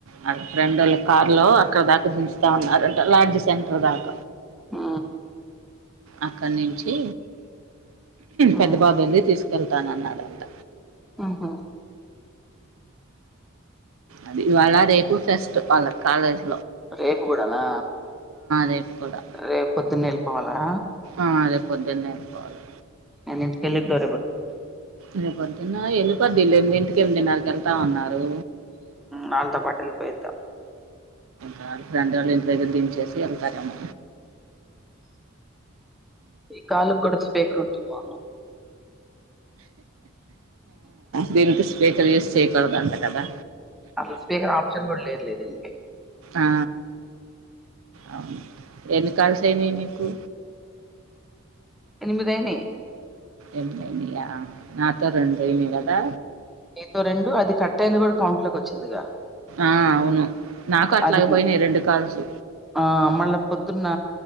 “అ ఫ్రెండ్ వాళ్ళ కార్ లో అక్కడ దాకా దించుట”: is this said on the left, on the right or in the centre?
Right